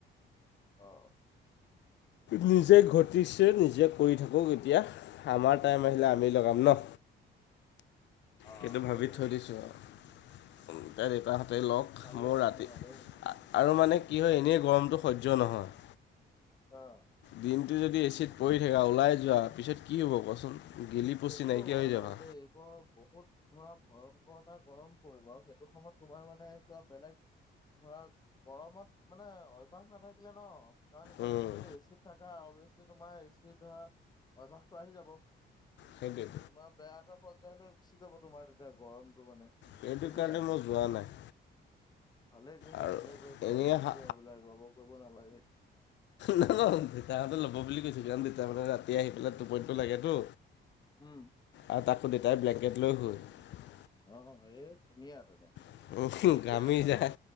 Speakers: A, on the left; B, on the left.
A: অ।
B: নিজে ঘটিছে নিজে কৰি থাকক এতিয়া, আমাৰ টাইম আহিলে আমি লগাম ন।
A: অ'
B: সেইটো
A: সেইটোৱে
B: ভাবি থৈ দিছোঁ আৰু, দেউতাহঁতে লওক।
A: ভালেই
B: মোৰ
A: ভাবিছা,
B: ৰাতি
A: ভালেই ভাবিছা।
B: আৰু মানে কি হয় এনেই গৰমটো সহ্য নহয়।
A: অহ।
B: দিনটো যদি এ চি ত পৰি থাকা ওলাই যোৱা পিছত কি হ'ব কোৱাচোন? গেলি পচি
A: সেইটোতো
B: নাইকিয়া
A: হয়
B: হৈ যাবা
A: বাৰু দেই, বৰ বহুত ধৰা ভয়ংকৰ এটা গৰম পৰিব আৰু সেইটো সময়ত তোমাৰ মানে ছোৱা বেলেগ ধৰা গৰমত মানে অভ্যাস নাথাকিলে ন, কাৰণ এতিয়া
B: উম,
A: তুমি যদি এ চি ত থাকা, অভিয়াচলি তোমাৰ এ চি ধৰা অভ্যাসটো আহি যাব।
B: Thank you.
A: তোমাৰ বেয়া এটা পৰ্যায় গুছি যাব, তোমাৰ তেতিয়া গৰমটো মানে।
B: সেইটো
A: বুজিলা
B: কাৰণে মই যোৱা নাই।
A: ভালে কৈছা
B: আৰু
A: ভালে কৈছা,
B: এনেই
A: বাদ
B: হা
A: দিয়া এইবিলাক ৰ'ব কৰিব নালাগে।
B: নাযাও দেউতাহঁতে ল'ব বুলি কৈছো কাৰণত মানে ৰাতি আহি পেলাই টোপনিটো লাগেতো
A: ওম।
B: আৰু তাকো দেতাই ব্লেংকেট লৈ শুৱে।
A: অ অ সেয়ে, ধুনীয়া তেনে
B: শুৱে
A: ঠিকে
B: ঘামি
A: আছে
B: যায়
A: ন।